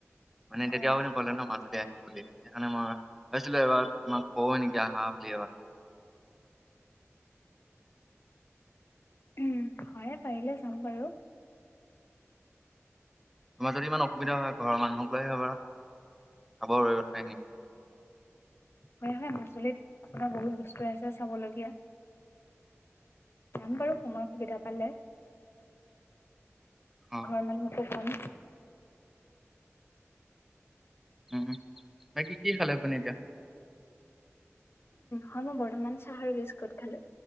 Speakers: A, in the centre; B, on the left (about 55°).
A: মানে
B: অ
A: তেতিয়া আপোনি কলে ন মাজুলী আহিম বুলি সেইকাৰণে মই ভাবিছিলো এবাৰ তোমাক কও নেকি আহা বুলি এবাৰ
B: উম হয়ে পাৰিলে যাম বাৰু
A: তোমাৰ যদি ইমান অসুবিধা হয়, ঘৰৰ মানুহক লৈ আহিব পাৰা। খাব আৰু কথাখিনিম <inaudible>
B: হয় হয় মাচুলিত আপোনাৰ বহুত বস্তু আছে চাবলগীয়া যাম বাৰু কয় সময় সুবিধা পালে
A: অ',
B: ঘৰ মানুহকো ক'ম।
A: উম উ বাকী কি খালে আপুনি এতিয়া
B: হয় মই বৰ্তমান চাহ আৰু বিস্কুট খালো